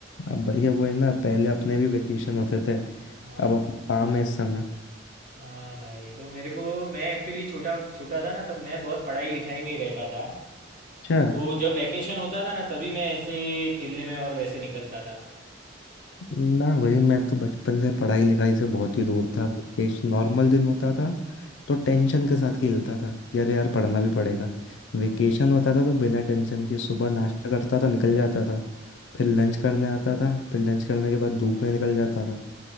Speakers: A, on the left; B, on the right.
A: अब भाई ये वही ना पहले अपने भी वेकेशन होते थे
B: हाँ
A: अब अपने
B: हाँ
A: काम है इस समय
B: हाँ भाई तो मेरे को मैं एक्चुअली छोटा छोटा था ना तब मैं बहुत पढ़ाई लिखाई में ही रहता था
A: अच्छा
B: तो जब वैकेशन होता था ना तभी मैं ऐसे खेलने में और वैसे निकलता था
A: ना भाई मैं तो बचपन से पढ़ाई लिखाई से बहुत ही दूर था वेकेशन नॉर्मल दिन होता था तो टेंशन के साथ खेलता था कि अरे यार पढ़ना भी पड़ेगा वेकेशन होता था तो बिना टेंशन के सुबह नाश्ता करता था निकल जाता था फिर लंच करने आता था फिर लंच करने के बाद धूप में निकल जाता था